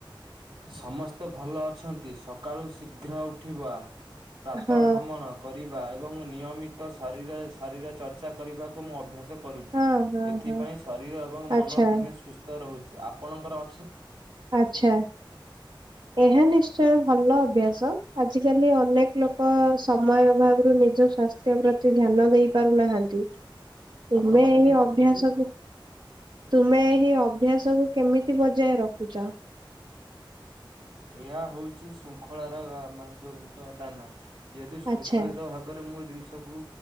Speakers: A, on the right; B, on the right.
A: ସମସ୍ତେ ଭଲ ଅଛନ୍ତି ସକାଳୁ ଶୀଘ୍ର ଉଠିବ ପ୍ରାତ
B: ହଁ
A: ଭ୍ରମଣ କରିବା ଏବଂ ନିୟମିତ ତ ଶରୀର ଶରୀର ଚର୍ଚ୍ଚା କରିବାକୁ ମୁଁ ଅଭ୍ୟାସ କରୁଛି
B: ହଁ ହଁ
A: ଏଥିପାଇଁ
B: ହଁ
A: ଶରୀର ଏବଂ ମନ
B: ଆଚ୍ଛା
A: ଦୁହେଁ ସୁସ୍ଥ ରହୁଛି ଆପଣଙ୍କର ଅ
B: ଆଚ୍ଛା। ଏହା ନିଶ୍ଚୟ ଭଲ ଅଭ୍ୟାସ ଆଜିକାଲି ଅନେକ ଲୋକ ସମୟ ଅଭାବରୁ ନିଜ ସ୍ୱାସ୍ଥ୍ୟ ପ୍ରତି ଧ୍ୟାନ ଦେଇ ପାରୁନାହାନ୍ତି ତୁମେ
A: ଆପଣଙ୍କ କଥା
B: ଏ
A: ଟିକେ କଟୁଛି।
B: ଅଭ୍ୟାସକୁ ତୁମେ ସେ ଅଭ୍ୟାସ ସବୁ କେମିତି ବଜାୟ ରଖୁଛ?
A: ଏହା ହଉଛି ଶୃଙ୍ଖଳାର ଯୌଗିକ ଦାନା ଯେହେତୁ ଶୃଙ୍ଖଳିତ
B: ଆଚ୍ଛା
A: ଭାବରେ ମୁଁ ଏ ଜିନିଷକୁ